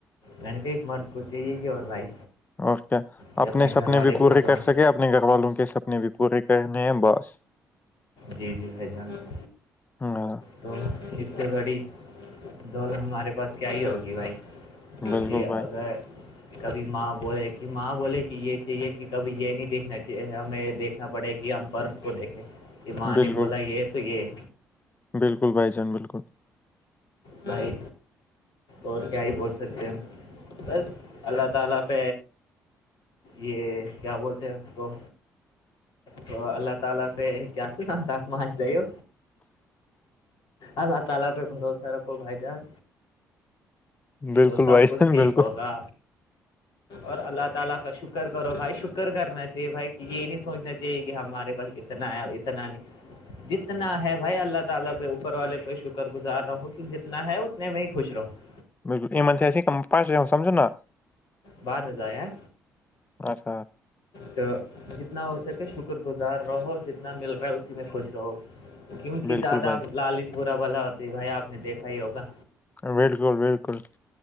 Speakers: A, on the left; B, on the left.
A: میں نےکئی مرد کو چاہیے کہ اور بھائی
B: اوکے
A: کہ
B: اپنے
A: گھر
B: سپنے
A: والے
B: بھی پورے
A: خوش ہوں
B: کر سکے اپنے گھر والوں کے سپنے اپنے بھی پورے کہنے ہیں بس
A: جی جی بھائی جان
B: ہاں
A: تو اس سے بڑی دوڑ ہمارے پاس کیا ہی ہوگی بھائی
B: بالکل
A: جی اگر
B: بھائی
A: کبھی ماں بولے کہ ماں بولے کہ یہ چاہیے کہ کبھی یہ نہیں دیکنا چاہیے ہمیں دیکھ پڑے کہ ہم پرس کو دیکھیں کہ ماں
B: بالکل
A: نے بولا یہ تو یہ
B: بالکل بھائی جان بالکل
A: بھائی اور کیا ہی بول سکتے ہم بس اللہ تعالی پ یہ کیا بولتے ہیں اس کو تو اللہ تعالی پہ کیا سناتا م آچ جائی ہو اللہ تعالا پہ بھروسہ رکھو بھائی جان
B: بالکل
A: تو سب
B: بھائی
A: کچھ
B: جان
A: ٹھیک
B: بالکل
A: ہوگا اور اللہ تعالی کا شکر کرو بھائی شکر کرنا چاہیے بھائی کہ یہ نہیں سوچنا چاہیے کہ ہمارے پاس نا اتناانی جتنا ہے بھائی اللہ تعالی پہ اوپر والے پہ شکر گزار رہو کہ جتنا ہے اتنے میں ہی خوش رہو
B: بالکل ای تھےاش سمجھو نہ
A: بر میں جائے ہیں
B: اچھا
A: تو جتنا ہو سکے شکر گزار رہو جتنا مل رہا ہے اسی میں خوش رہو کیوںک
B: بالکل
A: زیادہ
B: بھائی
A: ا لالچ بھورا بلا ہوتی ہے بھائی آپ نے دیکھا ہی ہوگا
B: بالکل بالکل